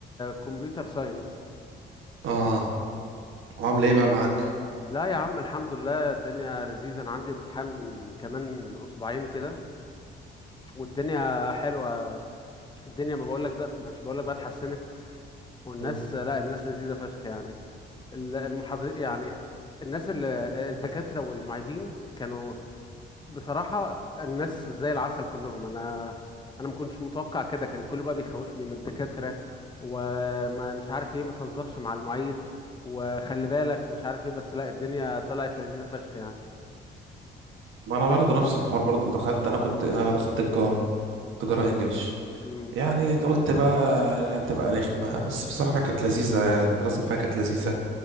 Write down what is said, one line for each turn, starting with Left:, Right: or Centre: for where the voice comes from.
Left: كمبيوتر ساينس
Right: اه وعامله ايه بقى معاك
Left: لا يا عم الحمد لله الدنيا لذيذة انا عندي امتحان كمان اسبوعين كده والدنيا حلوة الدنيا ما بقولك زي مش بقولك بقى اتحسنت والناس
Right: مم.
Left: لا الناس لذيذة فشخ يعني ال- المحاضر يعني الناس اللي الدكاترة والمعيدين كانوا بصراحة الناس زي العسل كلهم أنا أنا ما كنتش متوقع كده كان كله بقى بيخوفني من الدكاترة وما مش عارف إيه ما تهزرش مع المعيد وخلي بالك ومش عارف إيه بس لا الدنيا طلعت لذيذة فشخ يعني
Right: ما انا برضه نفس الحوار برضه دخلت انا كنت انا دخلت تجارة تجارة انجليش
Left: امم
Right: يعني قلت بقى هتبقى رخمة بس بصراحة كانت لذيذة الدراسة فيها كانت لذيذة